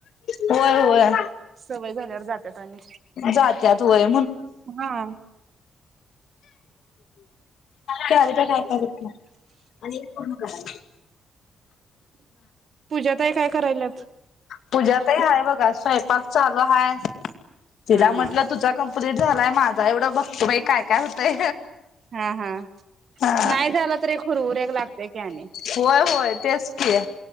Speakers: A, on the left; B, on the right.
A: होय, होय.
B: सवय झाल्यावर जातात आणि.
A: जात्यात होय
B: हा.
A: सारिका का काय का बघं कि आणि एल पूर्ण करायचं.
B: पूजाताई काय करायल्यात
A: पूज्यातही हाय बघ. स्वयपाक चालु हाय. तिला
B: हा
A: म्हंटल
B: हा
A: तुझ कंप्टीट झालाय माझ एवढं बघतो बाई काय काय होतंय.
B: हा हा
A: हा.
B: नाही झाला तर एक हुरहुर एक लागतय की आणि
A: होय, होय. तेच कि.